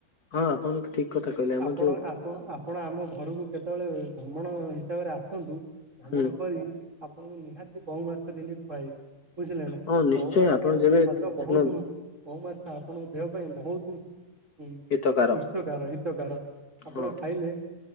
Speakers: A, on the left; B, on the right.
A: ହଁ ଆପଣ ଠିକ୍ କଥା କହିଲେ ଆମର
B: ଆପଣ-ଆପଣ-ଆପଣ ଆମ ଘରକୁ କେତେବେଳେ ଭ୍ରମଣ ହିସାବରେ ଆସନ୍ତୁ ଭ୍ରମଣ
A: ହୁଁ
B: କରି ଆପଣଙ୍କୁ ନିହାତି କଉ ମାଛ ଦିନେ ଖୁଆଇବି। ବୁଝିଲେ ନା
A: ହଁ ନିଶ୍ଚୟ
B: କଉ ମାଛ
A: ଆପଣ
B: ସ୍ବାଦ
A: ଯେବେ
B: ବହୁତ୍
A: ଶୁଣନ୍ତୁ
B: କଉ ମାଛ ଆପଣଙ୍କ ଦେହ ପାଇଁ ବହୁତୁ ଉଁ-ଉଁ
A: ହିତକାର
B: ସୁସ୍ଥକାର ହିତକାର। ଆପଣ
A: ହଁ
B: ଖାଇଲେ